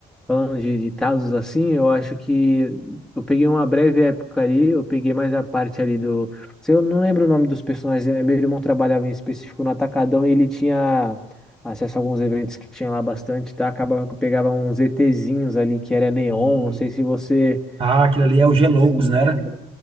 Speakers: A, in the centre; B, on the right (about 30°).
A: Falando de, de casos assim, eu acho que eu peguei uma breve época ali, eu peguei mais a parte ali do. Se eu não lembro o nome dos personagens, eh, meu irmão trabalhava em específico no Atacadão e ele tinha acesso a alguns eventos que tinha lá bastante, tá? Acabava que eu pegava uns ETzinhos ali que era neon,
B: E,
A: não sei se você.
B: ah, aquilo ali é o
A: Você
B: G Loucos,
A: se lembra.
B: né? era?